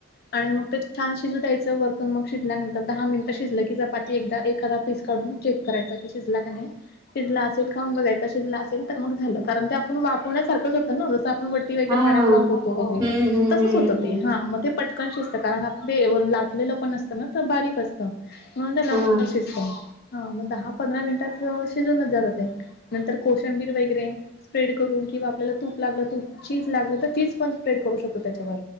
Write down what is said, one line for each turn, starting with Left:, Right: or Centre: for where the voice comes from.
Left: आणि मग ते छान शिजू द्यायचं वरतून मग शिजल्यानंतर दहा मिनिटं शिजलं की चपाती एकदा एखादा पीस काढून चेक करायचा की शिजला का नाही. शिजला असेल खाऊन बघायचा शिजला असेल तर मग झालं कारण ते आपण वाफवण्यासारखंच होतं ना जसं आप कोण बट्टी वगैरे
Right: हा
Left: पाण्यात वापरतो वगैरे,
Right: हम्म हम्म
Left: तसच होतं.
Right: हम्म हम्म
Left: ते हा मग ते पटकन शिजत असतं कारण आपण ते लाटलेलं पण असतं ना तर बारीक असतं. म्हणून त्या लवकर
Right: हा
Left: शिजत हा मग दहा पंधरा मिनिटात शिजूनच जात ते. नंतर कोशंबीर वगैरे स्प्रेड करून किंवा आपल्याला तूप लागलं तू चीज लागलं तर चीज पण स्प्रेड करू शकतो त्याच्यावर.